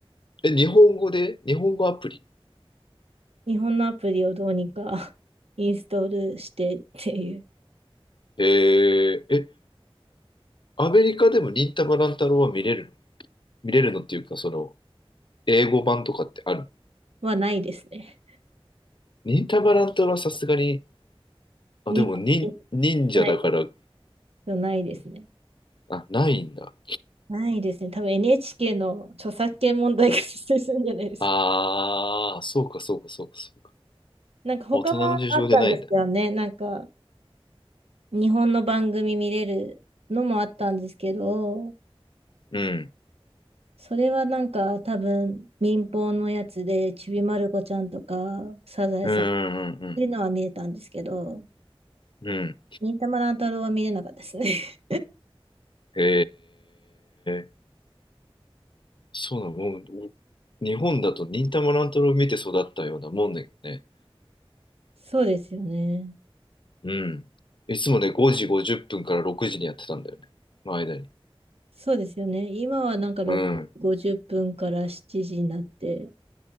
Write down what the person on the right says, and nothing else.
日本のアプリをどうにか <laughs> インストールしてっていう
はないですね。
日本に行
かないとないですね。
ないですね。多分 NHK の著作権問題が発生するんじゃないですか。
<laughs>
なんか他もあったんですけどね。
なんか日本の番組見れるのもあったんですけど、
それはなんか多分民放のやつでちびまる子ちゃんとかサザエさんっ
ていうのは見れたんですけど、
忍たま乱太郎は見れなかったですね。<laughs>
そうですよね。
そうですよね。今はなんか6
50分から7時になって、